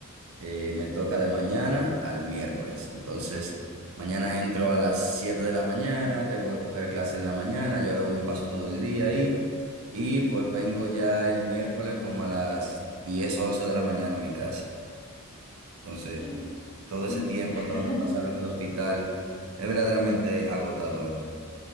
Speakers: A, on the right; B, on the left.
A: Eh, me toca de mañana al miércoles. Entonces, mañana entro a las 7 de la mañana, tengo que coger clase en la mañana, yo luego me paso todo el día ahí. Y pues vengo ya el miércoles como a las 10 11 de la mañana a mi casa. Entonces,
B: No,
A: todo
B: sí,
A: ese tiempo
B: sí. <laughs>
A: tengo que pasarlo en el hospital. Es verdaderamente agotador.